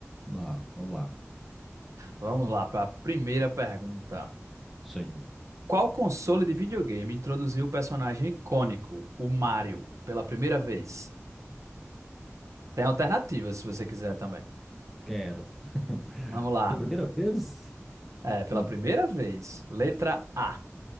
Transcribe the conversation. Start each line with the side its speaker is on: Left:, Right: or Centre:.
Centre: ah, vamos lá.
Right: Vamos lá para a primeira pergunta.
Centre: Sim,
Right: Qual console de videogame introduziu o personagem icônico, o Mario, pela primeira vez? Tem alternativas se você quiser também.
Centre: quero. <laughs>
Right: Vamos lá.
Centre: Pela primeira vez?
Right: É, pela
Centre: Hum,
Right: primeira vez, letra A,